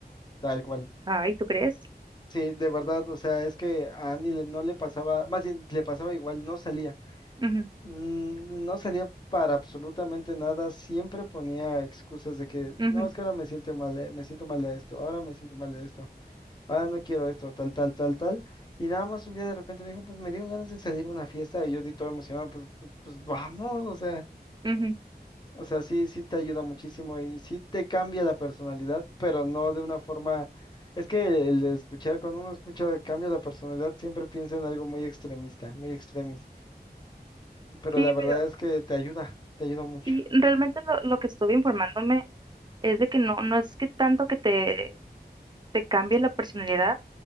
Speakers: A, on the left (about 25°); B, on the right (about 25°).
A: tal cual.
B: Ay, ¿tú crees?
A: Sí, de verdad, o sea, es que a Andy le- no le pasaba, más bien le pasaba igual, no salía.
B: Ujú,
A: Mm, No salía para absolutamente nada, siempre ponía excusas de que,
B: ujú,
A: no, es que ahora me siento mal, eh, me siento mal de esto, ahora me siento mal de esto, ahora no quiero esto, tal, tal, tal, tal. Y nada más un día de repente me dijo, pues me dieron ganas de salir a una fiesta y yo di todo emocionado, pues, pues pues, vamos, o sea.
B: ujú.
A: O sea, sí, sí te ayuda muchísimo y sí te cambia la personalidad, pero no de una forma... Es que el de escuchar, cuando uno escucha cambia la personalidad, siempre piensa en algo muy extremista, muy extremis, pero
B: Sí,
A: la verdad
B: pero
A: es que te ayuda, te ayuda mucho.
B: sí, realmente lo, lo que estuve informándome es de que no, no es que tanto que te te cambie la personalidad,